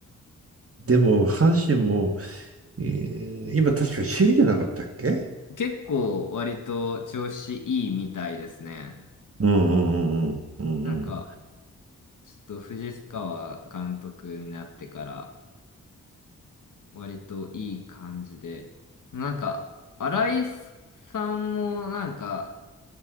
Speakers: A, on the right; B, on the left.
A: でも、阪神も、えー今確か首位じゃなかったっけ
B: 結構割と調子いいみたいですね。
A: うんうんうんうん
B: なんか、ちょっと藤川監督になってから割といい感じで、なんか、新井さんもなんか、